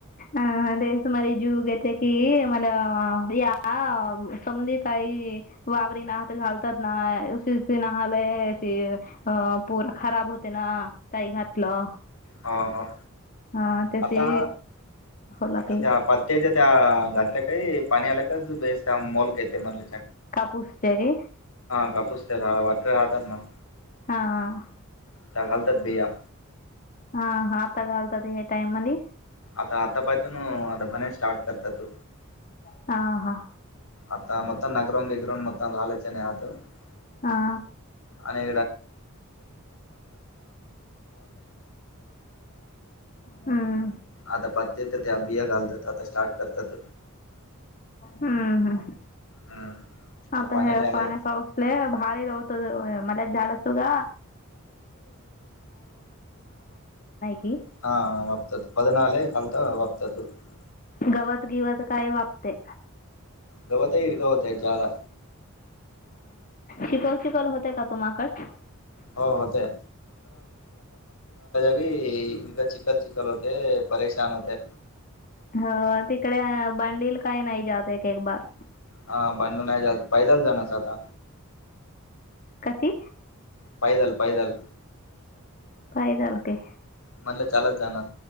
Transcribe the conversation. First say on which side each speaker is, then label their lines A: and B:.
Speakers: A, on the left (about 40°); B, on the left (about 80°).
A: अ ते सुमारी जूग येते की मला या समधी काही वावर घालतात ना ख <unintelligible> ब होते ना ताई घातलं.
B: ह ह
A: हा त्याची
B: आता
A: होला
B: आता
A: काही
B: त्या त्या घातल्या काही पाणी आल्या काे मोलक येते म्हण.
A: कापूस्री
B: कापूस तर ह वाटर राहत्.
A: हाा
B: त्या झाल तर बया.
A: हा हा आता घालतात ह्या टाइम मधी.
B: आता आता पायतो ना आता पणे स्टार्ट करतं तू
A: ह हा.
B: आत्ता <unintelligible>
A: हा.
B: आणि <unintelligible>
A: हम्म
B: आता <unintelligible> ते त्या बिया घालतात आता स्टार्ट करतात
A: हा हा.
B: हम्म
A: आता
B: पाणी
A: हे
B: आलंय
A: पाण्या पाऊसले भारी रवत <unintelligible> मला <unintelligible>
B: हा <unintelligible>
A: गवत गिवत काय वापते
B: गवत हिरगा होतय जागा
A: शिकवल शिकवल होते का तुम्हाकड?
B: हो होतय ये एकदा चिकल चिकल होते परेशान होते.
A: हो तिकडे बांडील काही नाही जात एक एक बार.
B: हा बंडू नाही जात पैदल जाणार आता
A: कशी?
B: पैदल पैदल.
A: काही जालते?
B: म्हणलं चालत जाणार.